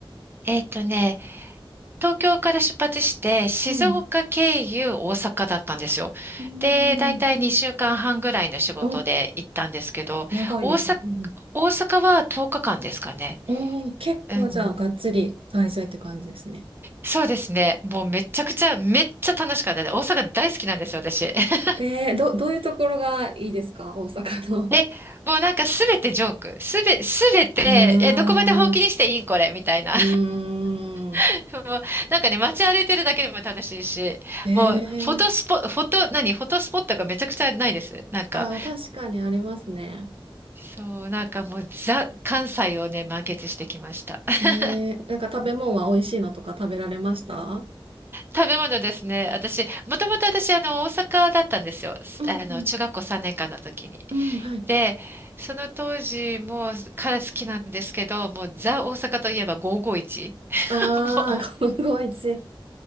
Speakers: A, on the right; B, on the right.
A: えっとね、東京から出発して、静岡経由大阪だったんですよ。
B: うん。うー
A: で、だいたい2週間半ぐらいの仕事で行ったんですけど、
B: ん。あ、長いですね。
A: 大阪、
B: うんうん
A: 大阪は10日間ですかね。
B: ああ結構じゃあ、
A: うん。
B: がっつり滞在って感じですね。
A: そうですね。もうめちゃくちゃ、めっちゃ楽しかったです。大阪大好きなんですよ、私。<laughs>
B: えー、ど、どういうところがいいですか大阪の。
A: で、もうなんかすべてジョーク。すべ、すべて、
B: <laughs> あーん、
A: え、どこまで本気にしていいんこれ、みたいな。
B: うーん。
A: <laughs> もう、なんかね、街歩いてるだけでも楽しいし、
B: え
A: もう、フォトスポ、
B: ー、
A: フォト、何、フォトスポットがめちゃくちゃないです。なんか、
B: あー、確かにありますね。
A: そう、なんかもう、ザ、関西をね、満喫してきました。<laughs>
B: えー、なんか食べ物は美味しいのとか食べられました
A: 食べ物ですね。私、もともと私、あの、大阪だったんですよ。
B: うんうん
A: あの、中学校3年間の時に。
B: うん、はい。
A: で、その当時もから好きなんですけど、もうザ大阪といえば551。<laughs>
B: ああ、
A: も
B: 551。